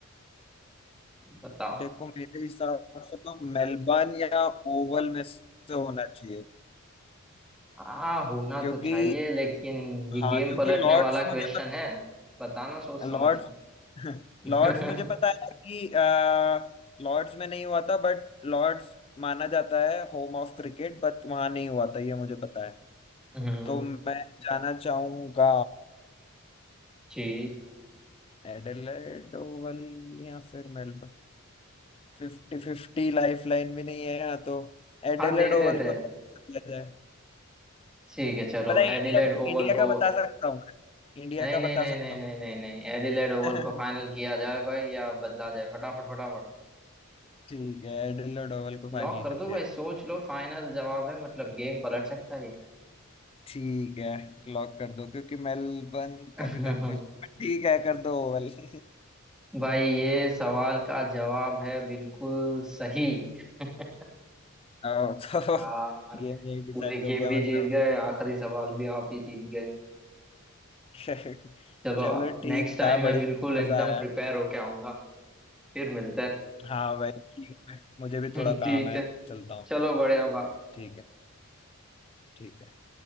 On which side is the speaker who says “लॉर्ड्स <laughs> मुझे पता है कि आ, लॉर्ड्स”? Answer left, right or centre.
Left